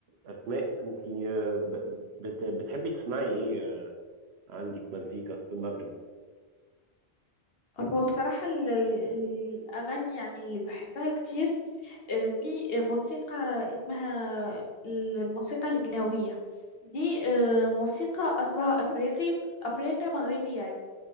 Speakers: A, on the right; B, on the left.
A: أسماء أنت آه، ب- بت- بتحبي تسمعي إيه آه، عندك مزيكا في المغرب؟
B: هو بصراحة ال- ال- الأغاني يعني اللي بحبها كتير آه، في موسيقى اسمها الموسيقى الجناوية دي آه، موسيقى أصلها أفريقي أفريقي مغربي يعني